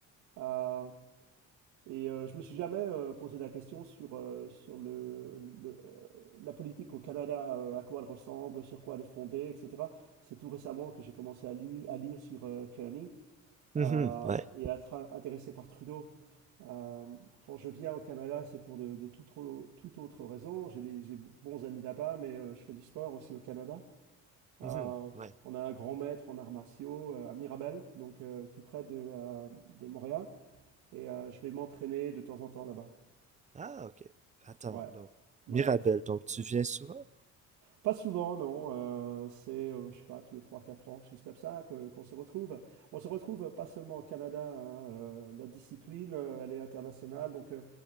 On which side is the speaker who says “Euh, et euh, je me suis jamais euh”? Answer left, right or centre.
Right